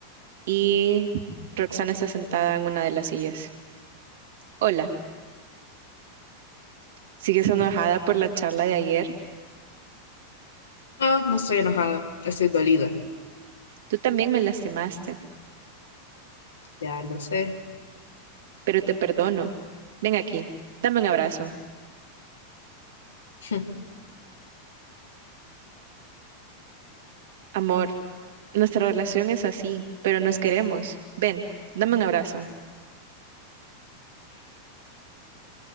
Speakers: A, on the right; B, on the left.
A: y Roxana está sentada en una de las sillas. Hola, ¿sigues enojada por la charla de ayer?
B: Ah, no estoy enojada, estoy dolida.
A: Tú también me lastimaste,
B: Ya lo sé.
A: pero te perdono. Ven aquí, dame un abrazo.
B: <laughs>
A: Amor, nuestra relación es así, pero nos queremos. Ven, dame un abrazo.